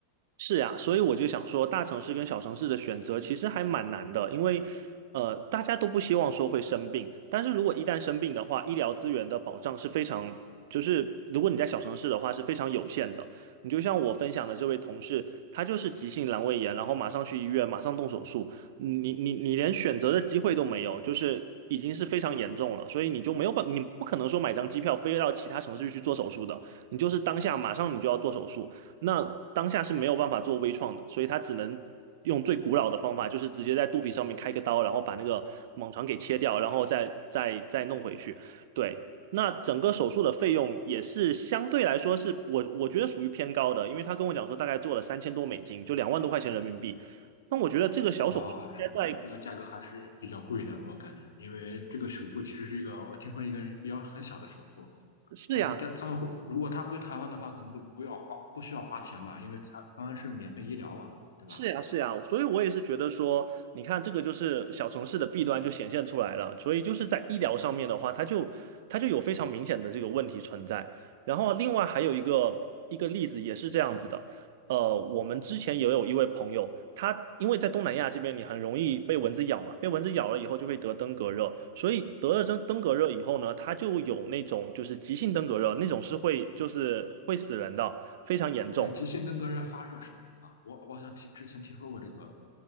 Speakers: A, on the right; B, on the left.
A: 是呀，所以我就想说，大城市跟小城市的选择其实还蛮难的，因为呃，大家都不希望说会生病，但是如果一旦生病的话，医疗资源的保障是非常，就是如果你在小城市的话是非常有限的。你就像我分享的这位同事，他就是急性阑尾炎，然后马上去医院，马上动手术，你你你连选择的机会都没有，就是已经是非常严重了，所以你就没有办，你不可能说买张机票飞到其他城市去做手术的，你就是当下马上你就要做手术。那当下是没有办法做微创的，所以他只能用最古老的方法，就是直接在肚皮上面开个刀，然后把那个蟒床给切掉，然后再再再弄回去。对，那整个手术的费用也是相对来说是我我觉得属于偏高的，因为他跟我讲说大概做了三千多美金，就两万多块钱人民币。那我觉得这个小手术应该在
B: 哇，是的，这个价格还是比较贵的，我感觉，因为这个手术其实是一个，我听说一个是比较很小的手术，
A: 是呀，
B: 而且在他们会，如果他回台湾的话，可能都不要花，不需要花钱吧，因为台台湾是免费医疗嘛，对吧？
A: 是呀，是呀，所以我也是觉得说，你看这个就是小城市的弊端就显现出来了，所以就是在医疗上面的话，它就它就有非常明显的这个问题存在。然后另外还有一个一个例子也是这样子的，呃，我们之前也有一位朋友，他因为在东南亚这边你很容易被蚊子咬嘛，被蚊子咬了以后就会得登革热，所以得了登登革热以后呢，他就有那种就是急性登革热，那种是会就是会死人的，非常严重。
B: 对，急性登革热发热是吗？啊，我我好像听之前听说过这个